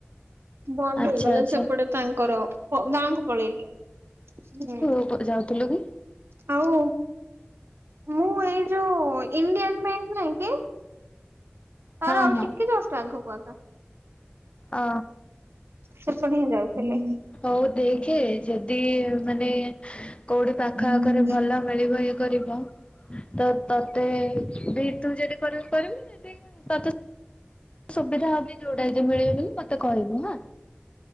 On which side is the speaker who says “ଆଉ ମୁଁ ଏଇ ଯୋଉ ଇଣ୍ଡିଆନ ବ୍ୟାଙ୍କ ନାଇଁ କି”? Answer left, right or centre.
Right